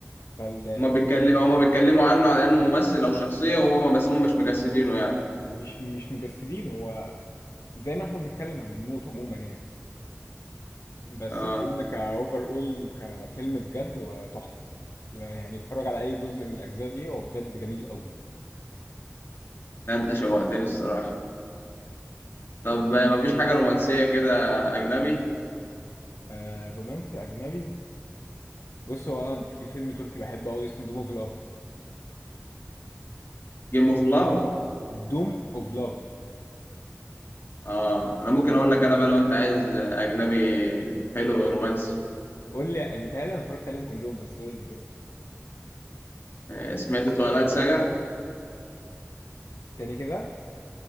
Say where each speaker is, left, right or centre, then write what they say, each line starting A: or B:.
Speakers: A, on the left (about 80°); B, on the left (about 55°).
A: فال
B: هما بيتكلم هما بيتكلموا عنه على انه ممثل او شخصيه وهما بس هما مش مجسدينه يعني
A: مش مش مجسدين هو زي ما احنا بنتكلم عن الموت عموما يعني بس
B: اه
A: الفيلم كأوفر أول كفيلم بجد وتحفة لا يعني اتفرج على أي جزء من الأجزاء دي هو بجد جميل قوي
B: لا انت شوقتني الصراحه طب
A: في-
B: آه، مفيش حاجه رومانسيه كده اجنبي
A: آه رومانسي أجنبي بص هو أنا في فيلم تركي بحبه قوي اسمه دوم أوف لاف
B: جيم اوف لاف
A: دوم أوف لاف
B: اه انا ممكن اقول لك انا بقى لو انت عايز اجنبي حلو رومانسي
A: قول لي متهيألي أنا اتفرجت عليهم كلهم بس قول لي كده
B: آه، سمعت توايلايت ساجا
A: تاني كده